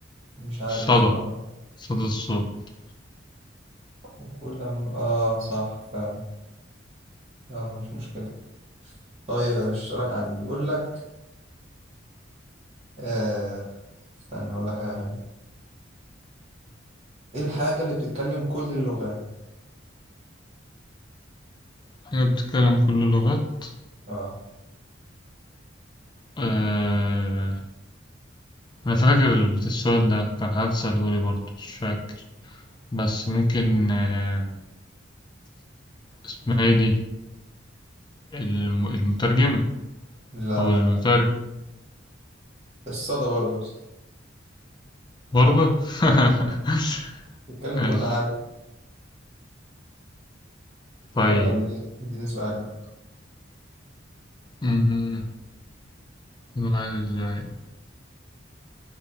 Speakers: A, on the right; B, on the left.
A: مش عارف
B: صدى
A: بصراحه
B: صدى الصوت
A: وكل لما اه صح فعلا يلا مش مشكله طيب يا باشا اسالك عن اللي بيقول لك آه استنى هقول لك حاجه حلوه ايه الحاجه اللي بتتكلم كل اللغات
B: حاجة بتتكلم كل اللغات
A: اه
B: آه... أنا فاكر ال- السؤال ده كان حد سألهولي برضه مش فاكر بس ممكن آه... اسمها ايه دي الم- المترجمة
A: لا
B: هو
A: لا
B: المترجم
A: لا الصدى برضه
B: برضه <laughs>
A: بتكلم
B: ماشي
A: كل حاجة
B: طيب
A: يلا اديني اديني سؤال يلا
B: أمم، نوع ازاي